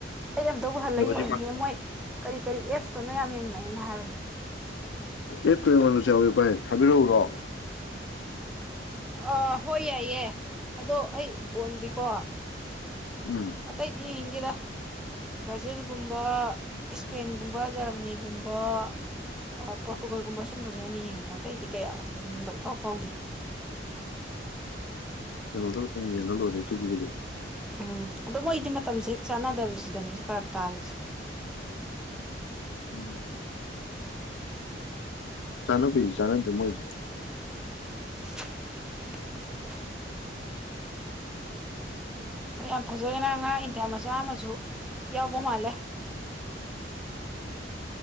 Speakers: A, in the centre; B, on the left (about 85°).
A: ꯑꯩ ꯑꯝꯇꯕꯨ ꯍꯜꯂ
B: ꯐꯖꯕꯗꯤ
A: ꯌꯦꯡꯅꯤꯡꯉꯦ
B: ꯃꯥꯜꯂꯤ
A: ꯃꯣꯏ ꯀꯔꯤ ꯀꯔꯤ ꯑꯦꯐ <unintelligible> ꯌꯥꯝ ꯌꯦꯡꯅꯩ ꯅ ꯍꯥꯏꯕꯅꯦ
B: ꯑꯦꯞꯇꯣ ꯏꯩꯉꯣꯜꯗꯁꯨ ꯌꯥꯎ ꯏ ꯕꯥꯏ ꯊꯥꯕꯤꯔꯛꯎꯔꯣ
A: ꯑ ꯍꯣꯏ ꯌꯥꯏꯌꯦ ꯑꯗꯣ ꯑꯩ ꯕꯣꯟꯗꯤꯀꯣ
B: ꯎꯝ
A: ꯑꯇꯩꯗꯤ ꯌꯦꯡꯅꯤꯡꯗꯦꯗ ꯕ꯭ꯔꯥꯖꯤꯜꯒꯨꯝꯕ ꯏꯁꯄꯦꯟꯒꯨꯝꯕ ꯖꯔꯃꯅꯤꯒ ꯒꯨꯝꯕ ꯑꯣ ꯄꯔꫭꯇꯨꯒꯜꯒꯨꯝꯕ ꯁꯨꯝꯕꯁꯦ <inaudible> ꯑꯇꯩꯗꯤ ꯀꯌꯥ ꯌꯦꯡꯅꯤꯡꯕ ꯏꯐꯥꯎ ꯐꯥꯎꯗꯦ
B: ꯀꯩꯅꯣꯗ ꯀ ꯌꯦꯉ ꯑꯣꯏꯔꯦ ꯇꯨꯒꯤꯕꯨꯗꯦ
A: ꯎꯝ ꯑꯣ ꯃꯣꯏꯗꯤ ꯃꯇꯝꯁꯦ ꯍꯦꯛ ꯆꯥꯟꯅꯗꯕꯁꯤꯗꯅꯦ ꯁꯤ ꯐꯔꯛ ꯇꯥꯔꯤꯁꯦ
B: ꯎꯝ ꯆꯅ ꯄꯤ ꯆꯅ ꯃꯣꯣꯏꯁ
A: <inaudible> ꯃꯣꯏ ꯌꯥꯝ ꯐꯖꯈꯅ ꯉꯥ ꯏꯟꯊ ꯃꯆꯥ ꯑꯃꯁꯨ ꯌꯥꯎꯕ ꯃꯥꯜꯂꯦ